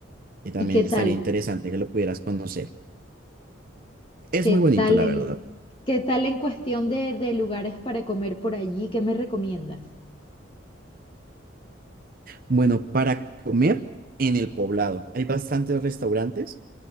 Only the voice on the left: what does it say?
¿Y qué tal?
¿Qué
tal
en,
qué tal en cuestión de, de lugares para comer por allí? ¿Qué me recomiendas?